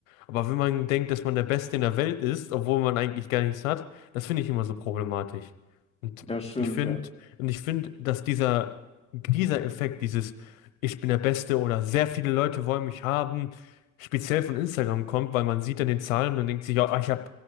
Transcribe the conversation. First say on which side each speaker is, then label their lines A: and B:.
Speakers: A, on the left (about 85°); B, on the left (about 15°).
A: aber wenn man denkt, dass man der Beste in der Welt ist, obwohl man eigentlich gar nichts hat, das finde ich immer so problematisch. Und
B: das stimmt,
A: ich finde,
B: ja.
A: und ich finde, dass dieser, dieser Effekt, dieses Ich bin der Beste oder sehr viele Leute wollen mich haben, speziell von Instagram kommt, weil man sieht dann den Zahlen und denkt sich, ja, ich habe